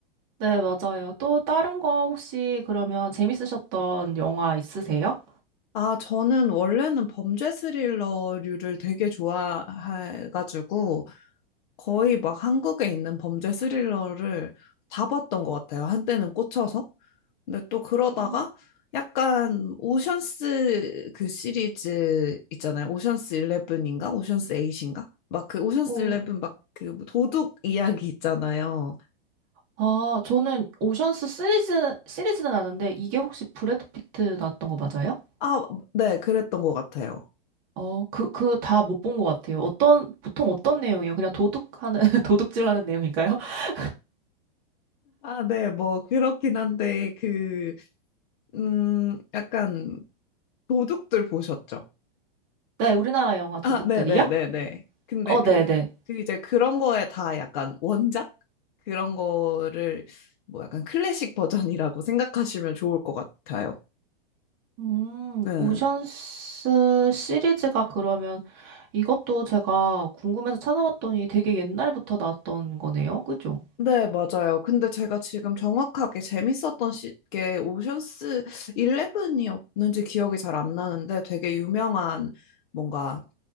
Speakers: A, on the right (about 30°); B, on the left (about 55°).
A: 네, 맞아요. 또 다른 거 혹시 그러면 재밌으셨던 영화 있으세요?
B: 아, 저는 원래는 범죄 스릴러류를 되게 좋아해가지고, 거의 막 한국에 있는 범죄 스릴러를 다 봤던 것 같아요. 한때는 꽂혀서. 근데 또 그러다가
A: 음,
B: 약간 오션스 그 시리즈 있잖아요. 오션스 11인가? 오션스 8인가? 막 그 오션스
A: 뭐
B: 11 막 그 도둑 이야기 있잖아요.
A: 아, 저는 오션스 시리즈, 시리즈는 아는데, 이게 혹시 브래드 피트 나왔던 거 맞아요?
B: 아, 네, 그랬던 것 같아요.
A: 어, 그, 그 다 못 본 것 같아요. 어떤, 보통 어떤 내용이에요? 그냥 도둑하는, <laughs> 도둑질하는 내용인가요? <laughs>
B: 아, 네, 뭐 그렇긴 한데 그, 음, 약간 도둑들 보셨죠?
A: 네, 우리나라 영화 도둑들이요?
B: 아, 네네네네. 근데
A: 어,
B: 그,
A: 네네.
B: 그 이제 그런 거에 다 약간 원작? 그런 거를 뭐 약간 클래식 버전이라고 생각하시면 좋을 것 같아요.
A: 음,
B: 네.
A: 오션스 시리즈가 그러면 이것도 제가 궁금해서 찾아봤더니 되게 옛날부터 나왔던 거네요. 그죠?
B: 네, 맞아요. 근데 제가 지금 정확하게 재밌었던 시, 게 오션스 11이었는지 기억이 잘 안 나는데 되게 유명한 뭔가